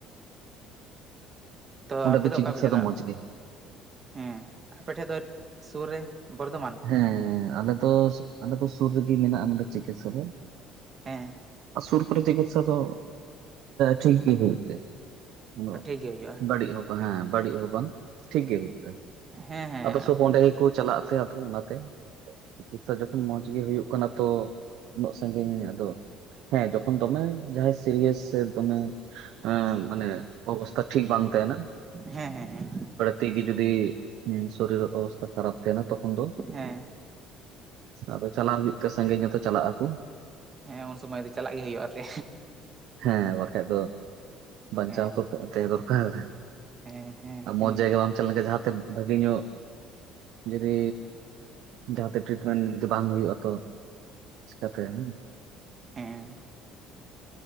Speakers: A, on the right; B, on the right.
A: ᱛᱚ
B: ᱚᱸᱰᱮ
A: ᱟᱯᱮ ᱫᱚ
B: ᱪᱤᱠᱤᱛᱥᱟ
A: ᱚᱠᱟ ᱯᱮ ᱪᱟᱞᱟᱜᱼᱟ?
B: ᱢᱚᱸᱡᱽ ᱜᱮ?
A: ᱦᱩᱸ ᱟᱯᱮᱴᱷᱮᱡ ᱫᱚ ᱥᱩᱨ ᱨᱮ ᱵᱚᱨᱫᱷᱚᱢᱟᱱ?
B: ᱦᱮᱸ ᱟᱞᱮ ᱫᱚ ᱟᱞᱮ ᱫᱚ ᱥᱩᱨ ᱨᱮᱜᱮ ᱢᱮᱱᱟᱜᱼᱟ ᱱᱚᱰᱮ ᱪᱤᱠᱤᱛᱥᱟ ᱫᱚ᱾
A: ᱦᱮᱸ
B: ᱟᱨ ᱥᱩᱨ ᱠᱚᱨᱮ ᱪᱤᱠᱤᱛᱥᱟ ᱫᱚ ᱴᱷᱤᱠ ᱜᱮ ᱦᱩᱭᱩᱜ ᱛᱮ᱾ ᱩᱱᱟᱹᱜ
A: ᱴᱷᱤᱠ ᱜᱮ ᱦᱩᱭᱩᱜᱼᱟ
B: ᱵᱟᱹᱲᱤᱡ ᱦᱚᱸ ᱵᱟᱝ ᱦᱮᱸ ᱵᱟᱹᱲᱤᱡ ᱦᱚᱸ ᱵᱟᱝ ᱴᱷᱤᱠᱜᱮ ᱦᱩᱭᱩᱜ ᱠᱟᱱᱟ᱾
A: ᱦᱮᱸ ᱦᱮᱸ
B: ᱟᱫᱚ ᱥᱚᱵ ᱚᱸᱰᱮ ᱜᱮᱠᱚ ᱪᱟᱞᱟᱜ ᱛᱮ ᱟᱫᱚ ᱚᱱᱟ ᱛᱮᱼᱼ ᱪᱤᱠᱤᱛᱥᱟ ᱡᱚᱠᱷᱚᱱ ᱢᱚᱸᱡᱽ ᱜᱮ ᱦᱩᱭᱩᱜ ᱠᱟᱱᱟ ᱛᱚ ᱩᱱᱟᱹᱜ ᱥᱟᱹᱜᱤᱧ ᱟᱫᱚᱼᱼ ᱦᱮᱸ ᱡᱚᱠᱷᱚᱱ ᱫᱚᱢᱮ ᱡᱟᱦᱟᱸᱭ ᱥᱤᱨᱤᱭᱟᱥᱼᱼ ᱛᱮ ᱫᱚᱢᱮ ᱮᱸ ᱢᱟᱱᱮ ᱚᱵᱚᱥᱛᱷᱟ ᱴᱷᱤᱠ ᱵᱟᱝ ᱛᱟᱦᱮᱱᱟ᱾
A: ᱦᱮᱸ ᱦᱮᱸ ᱦᱮᱸ
B: ᱛᱤ ᱜᱮ ᱡᱚᱫᱤ ᱦᱩ ᱥᱚᱨᱤᱨ ᱚᱵᱚᱥᱛᱟ ᱠᱷᱟᱨᱟᱯ ᱛᱟᱦᱮᱱᱟᱼᱼ ᱛᱚᱠᱷᱚᱱ ᱫᱚ
A: ᱦᱮᱸ
B: ᱟᱫᱚ ᱪᱟᱞᱟᱣ ᱦᱩᱭᱩᱜ ᱛᱮ ᱥᱟᱺᱜᱤᱧ ᱧᱚᱛᱚ ᱪᱟᱞᱟᱜ ᱟᱠᱚ᱾
A: ᱦᱮᱸ ᱩᱱ ᱥᱚᱢᱚᱭ ᱫᱚ ᱪᱟᱞᱟᱜ ᱜᱮ ᱦᱩᱭᱩᱜᱼᱟ ᱟᱯᱮ᱾
B: ᱦᱮᱸ ᱵᱟᱠᱷᱟᱡ ᱫᱚ ᱵᱟᱧᱪᱟᱣ
A: ᱦᱮᱸ
B: ᱛᱚ ᱛᱟᱦᱮᱸ ᱫᱚᱨᱠᱟᱨ᱾
A: ᱦᱮᱸ ᱦᱮᱸ
B: ᱢᱚᱸᱡᱽ
A: ᱦᱮᱸ
B: ᱡᱟᱭᱜᱟ ᱵᱟᱢ ᱪᱟᱞᱟᱣ ᱞᱮᱱᱠᱷᱟᱱ ᱡᱟᱦᱟᱸᱛᱮ ᱵᱷᱟᱹᱜᱤ ᱧᱚᱜ ᱡᱩᱫᱤᱼᱼ ᱡᱟᱦᱟᱸᱛᱮ ᱴᱨᱤᱴᱢᱮᱱᱴ ᱡᱩᱫᱤ ᱵᱟᱝ ᱦᱩᱭᱩᱜ ᱟ ᱛᱚ ᱪᱤᱠᱟᱛᱮ ᱦᱮᱸ᱾
A: ᱦᱮᱸ